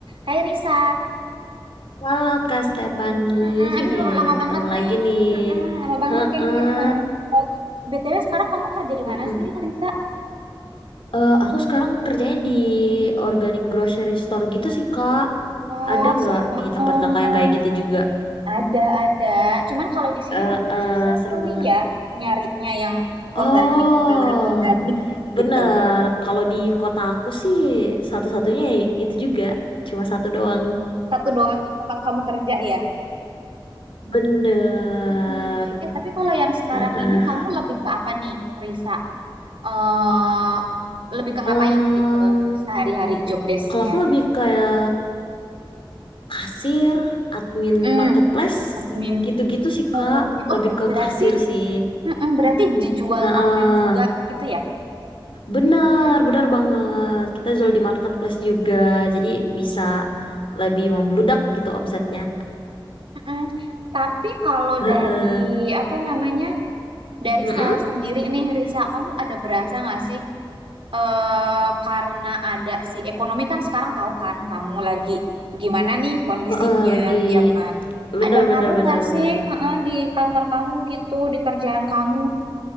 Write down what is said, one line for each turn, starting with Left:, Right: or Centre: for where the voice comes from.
Right: Hai Risa,
Left: Halo Kak Stefani,
Right: Mm-mm,
Left: hehe,
Right: aduh lama, lama
Left: ketemu
Right: banget
Left: lagi
Right: nih,
Left: nih.
Right: Mm-mm, lama banget
Left: Heeh,
Right: kayaknya kita nggak ngobrol. BTW sekarang kamu kerja di
Left: mm
Right: mana sih Risa?
Left: Eh, aku sekarang kerjanya di organic grocery store gitu sih Kak.
Right: Wah
Left: Ada nggak
Right: seru banget.
Left: di tempat kakak yang kayak gitu juga?
Right: Ada ada, cuman kalau di sini
Left: Eh,
Right: mungkin
Left: eh,
Right: susah
Left: seru
Right: kali
Left: banget.
Right: ya nyarinya yang
Left: Oh,
Right: organik, benar-benar organik
Left: bener.
Right: gitu.
Left: Kalau di kota aku sih satu-satunya ya itu juga, cuma satu doang.
Right: Satu doang yang tempat kamu kerja ya.
Left: Bener.
Right: Mm-mm. Eh tapi kalau yang sekarang
Left: Heeh.
Right: ini kamu lebih ke apa nih Risa? eh lebih ke ngapain
Left: Em,
Right: gitu sehari-hari job desk-nya?
Left: kalau aku lebih kayak kasir, admin
Right: Hmm,
Left: marketplace,
Right: admin.
Left: gitu-gitu sih
Right: Oh
Left: Kak,
Right: oke.
Left: lebih
Right: Oh
Left: ke
Right: berarti
Left: kasir sih.
Right: mm-mm, berarti dijual
Left: Heeh.
Right: online juga gitu ya?
Left: Benar, benar banget. Kita jual di marketplace juga, jadi bisa lebih membludak gitu omsetnya.
Right: Mm-mm. Tapi kalau
Left: Heeh.
Right: dari apa namanya dari
Left: Mm-mm.
Right: sales sendiri nih Risa, kamu ada berasa nggak sih eh karena ada si ekonomi kan sekarang tahu kan kamu lagi gimana nih kondisinya
Left: Heeh, lagi
Right: ya kan?
Left: benar
Right: Ada ngaruh
Left: benar benar
Right: nggak
Left: benar.
Right: sih mm di kantor kamu gitu di kerjaan kamu?